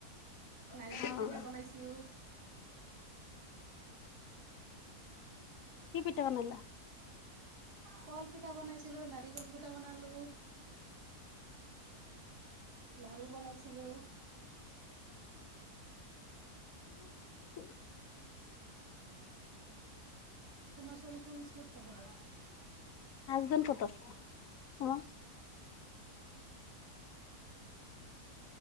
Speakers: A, on the right; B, on the left.
A: নাৰিকল
B: অ
A: পিঠা বনাইছো।
B: কি পিঠা বনালা?
A: কলপিঠা বনাইছিলোঁ, নাৰিকল পিঠা বনালোঁ। লাৰু বনাইছিলোঁ।
B: মই বনাইছো।
A: তোমাৰ ছোৱালী কোন স্কুলত পঢ়ে?
B: হাজবেণ্ড ক'ত আছে? উম।
A: <unintelligible>